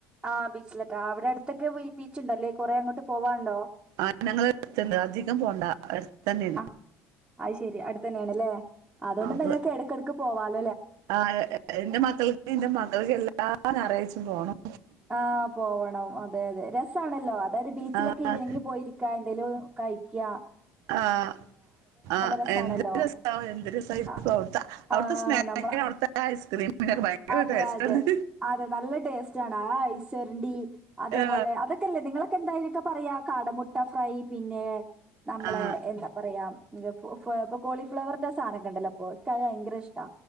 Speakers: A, on the right; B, on the right.
A: ആഹ് ബീച്ചിലൊക്കെ അവിടെ അടുത്തൊക്കെ ബീച്ചുണ്ടല്ലേ? കൊറെ അങ്ങോട്ട് പോവാണ്ടോ
B: ആ ഞങ്ങളെ എടുത്തുണ്ട് അധികം പോണ്ട അടുത്ത് തന്നെ.
A: ആഹ് അത് ശരി അടുത്ത തന്നെയാണ്ല്ലേ അതുകൊണ്ട്
B: അപ്പൊ
A: നിങ്ങൾക്ക് ഇടക്കിടക്ക് പോവാല-
B: ആ എന്റെ മക്കൾക്ക് എന്റെ മകൾക്ക് എല്ലാം ഞായറാഴ്ചും പോണം.
A: ആഹ് പോവണം. ണ അതെ അതെ രസാണല്ലോ അതായത് ബീച്ചിലൊക്കെ
B: ആ
A: ഈവനനിങ്ങിന് പോയിരിക്ക എന്തെലും കഴിക്ക-
B: ആഹ് ആ
A: രസാണല്ലോ
B: എന്ത് രസ എന്ത് രസയിരി
A: അ
B: അവിടുത്തെ
A: ആഹ്
B: സ്നാക്ക്
A: നമ്മള
B: അവിടുത്തെ- ഐസ്ക്രീമിനൊക്കെ ഭയങ്കര
A: അതെ
B: ടേസ്റ്റാണ്
A: അതെ അതെ നല്ല ടേസ്റ്റ് ആണ് ആ ഐസ്വരണ്ടി അതേപോലെ
B: ആ
A: അതൊക്കെല്ലേ നിങ്ങളൊക്കെ എന്തായാലൊക്കെ പറയാ കാടമുട്ട ഫ്രൈ പിന്നെ- നമ്മളെ
B: ആ,
A: എന്താ പറയാ ഗ്ഫ് ഇപ്പൊ കോളിഫ്ലവറിന്റെ സാധനമൊക്കെ ഇണ്ടല്ലോ ഓൾക്ക് അത് ഭയങ്കര ഇഷ്ടാ